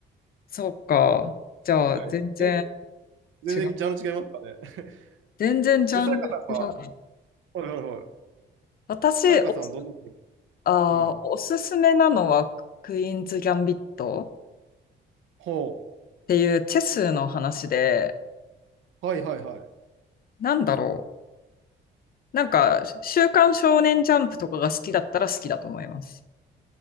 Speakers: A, on the left (about 50°); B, on the right (about 80°).
A: そうか。じゃあ、
B: はい。
A: 全然
B: え、全然ジャンル違いますかね。
A: 違う。
B: <laughs>
A: 全然ジャンル違う。
B: じゃあ、さやかさんは、はいはいはい。
A: 私、
B: さやかさんはどんな、
A: お、あー、
B: うん。
A: おすすめなのは、クイーンズ・ギャンビット
B: ほ
A: っていうチェスの話で、
B: う。はいはいはい。
A: なんだろう。なんか、週刊少年ジャンプとかが好きだったら好きだと思います。